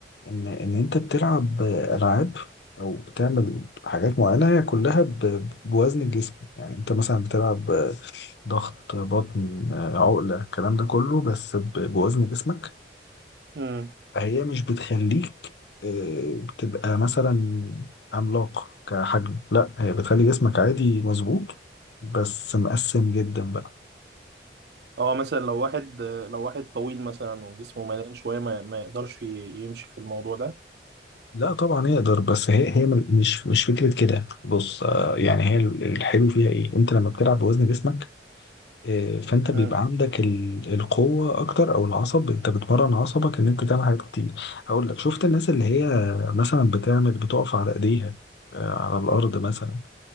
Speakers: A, on the left; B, on the right.
A: ان ان انت بتلعب العاب او بتعمل حاجات معينه هي كلها ب- بوزن الجسم يعني انت مثلا بتلعب ضغط بطن عقله الكلام ده كله بس ب- بوزن جسمك
B: امم
A: فهي مش بتخليك آه، تبقى مثلا عملاق كحجم لا هي بتخلي جسمك عادي مظبوط بس مقسم جدا بقى
B: اه مثلا لو واحد آه، لو واحد طويل مثلا وجسمه مليان شوية ما, ما يقدرش ي- يمشي في الموضوع ده
A: لا طبعا يقدر بس هي هي مل- مش مش فكره كده بص آه، يعني هي ال- الحلو فيها ايه انت لما بتلعب بوزن جسمك إيه، فانت بيبقى
B: امم
A: عندك ال- القوه اكتر او العصب انت بتمرن عصبك ان انت تعمل حاجات كتير اقول لك شفت الناس اللي هي مثلا بتعمل بتقف على ايديها آه، على الارض مثلا